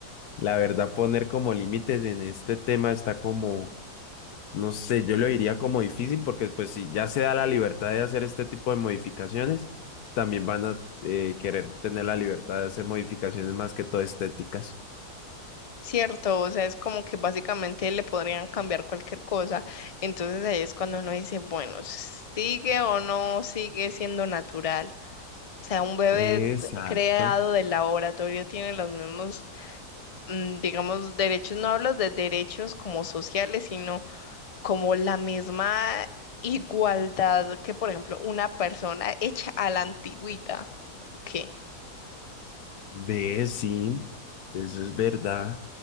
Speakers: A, on the left (about 75°); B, on the left (about 50°).
A: la verdad poner como límites en este tema está como, no sé, yo lo diría como difícil, porque pues si ya se da la libertad de hacer este tipo de modificaciones, también van a eh, querer tener la libertad de hacer modificaciones más que todo estéticas.
B: ¿cierto? O sea, es como que básicamente le podrían cambiar cualquier cosa. Entonces ahí es cuando uno dice, bueno, ¿sigue o no sigue siendo natural? O sea, un bebé
A: Exacto.
B: d- creado del laboratorio tiene los mismos, mm, digamos, derechos, no hablo de derechos como sociales, sino como la misma igualdad que, por ejemplo, una persona hecha a la antigüita. Ok.
A: Ve, sí, eso es verdad.